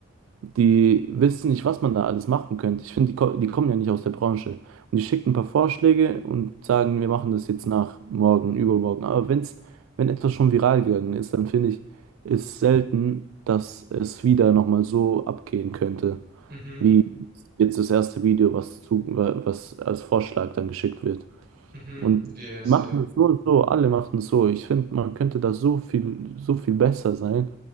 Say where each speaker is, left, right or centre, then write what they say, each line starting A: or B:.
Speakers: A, on the right; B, on the right.
A: Die wissen nicht, was man da alles machen könnte. Ich finde, die, ko- die kommen ja nicht aus der Branche. Und die schicken ein paar Vorschläge und sagen, wir machen das jetzt nach morgen, übermorgen. Aber wenn's, wenn etwas schon viral gegangen ist, dann finde ich, ist selten, dass es wieder nochmal so abgehen könnte
B: mhm,
A: wie jetzt das erste Video, was, zu, was als Vorschlag dann geschickt wird.
B: mhm.
A: Und
B: Yes,
A: machen es so und so, alle machen es so. Ich finde, man könnte da so viel, so viel besser sein,